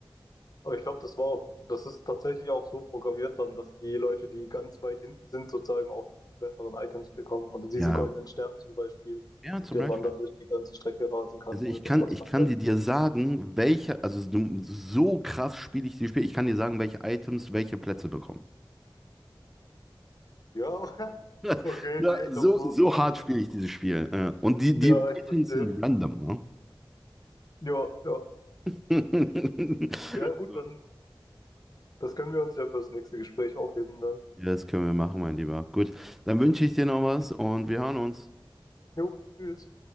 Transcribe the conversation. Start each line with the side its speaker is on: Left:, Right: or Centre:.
Left: Aber ich glaube, das war auch, das ist tatsächlich auch so programmiert dann, dass die Leute, die ganz weit hinten sind, sozusagen auch die besseren Items bekommen. Oder diesen
Centre: Ja.
Left: goldenen Stern zum Beispiel,
Centre: Ja,
Left: mit
Centre: zum
Left: dem
Centre: Beispiel.
Left: man dann durch die ganze Strecke rasen kann,
Centre: Also
Left: ohne
Centre: ich
Left: dass
Centre: kann,
Left: was
Centre: ich
Left: verliert.
Centre: kann dir, dir sagen, welche, also du- so krass spiele ich dieses Spiel, ich kann dir sagen, welche Items welche Plätze bekommen.
Left: Ja, <laughs>
Centre: <laughs>
Left: okay,
Centre: Ja,
Left: nee, ich
Centre: So,
Left: glaube, so,
Centre: so
Left: so tief
Centre: hart spiele
Left: ist.
Centre: ich dieses Spiel. Ja. Und die,
Left: Ja,
Centre: die
Left: ich
Centre: Items
Left: verstehe.
Centre: sind random, ne?
Left: Ja, ja.
Centre: <laughs>
Left: Ja, gut, dann, das können wir uns ja fürs nächste Gespräch aufheben dann.
Centre: Ja, Das können wir machen, mein Lieber. Gut, dann wünsche ich dir noch was und wir hören uns.
Left: Jo, tschüss.